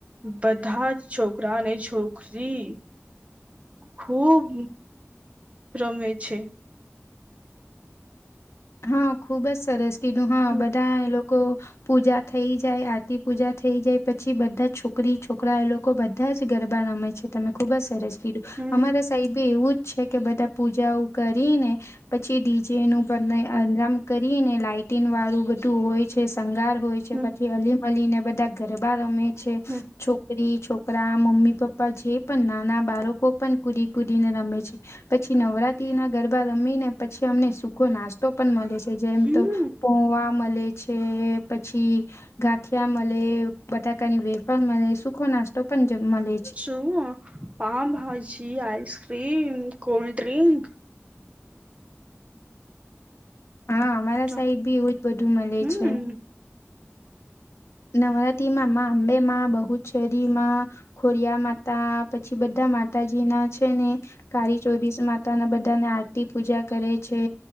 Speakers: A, on the right; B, on the left.
A: બધા જ છોકરાને છોકરી ખુબ રમે છે.
B: હા ખુબ જ સરસ કીધું હા
A: હમ
B: બધા એ લોકો પૂજા થઈ જાય આરતી પૂજા થઈ જાય પછી બધા છોકરી છોકરા એ લોકો બધા જ ગરબા રમે છે. તમે ખુબ જ સરસ કીધું
A: હમ
B: અમારા સાઈબી એવું જ છે કે બધા પૂજાઓ કરીને પછી ડીજેનું આજમ કરી ને લાઇટિન વાળું બધું હોય છે, શંગાર હોય છે,
A: હમ
B: પછી અલીમ મળીને બધા ગરબા રમે છે,
A: હમ
B: છોકરી છોક રા મમ્મી પપ્પા જે પણ નાના બાળકો પણ કુદી કુદીને રમે છે. પછી નવરાત્રી ના ગરબા રમી ને પછી અમને સુખો નાસ તો પણ મલે છે, જેમ
A: હમ
B: તો પોવા મલે છે, પછી ગાંઠિયા મલે બટાકાની વેફળ મલે સુખો નાસ્તો પણ મલે
A: છું પાઉભાજી, આઈસ્ક્ર્રીમ, કોલ્ડ ડ્રિંક
B: હા અમારા
A: હમ
B: સાઈડ બી એવું જ બધું મલે
A: હમ
B: છે. નવરાત્રીમાં માં અંબેમાં, બહુચેરીમાં ખોરિયા માતા પછી બધા માતાજીના છે ને કાળી ચોરીસ મા તાના બધાને આરતી પૂજા કરે છે.